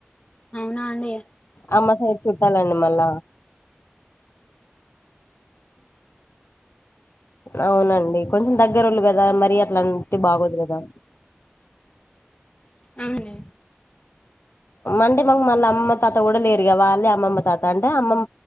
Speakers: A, on the left; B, on the left.
A: అవునా అండి
B: అమ్మ సైడ్ చుట్టాలండి మల్ల అవునండి కొంచెం దగ్గరళ్ళు కదా మరి అట్లా అంటే బాగోదు కదా
A: అవునండి
B: అంటే మాకు మళ్ళీ అమ్మమ్మ తాత కూడా లేరుగా వాళ్లే అమ్మమ్మ తాత అంటే అమ్మమ్మ